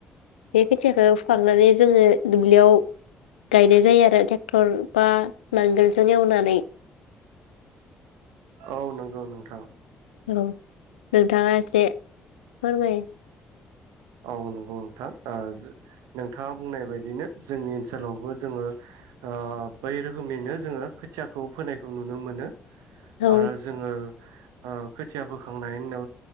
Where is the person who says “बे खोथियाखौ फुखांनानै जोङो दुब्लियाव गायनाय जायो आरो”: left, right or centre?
Left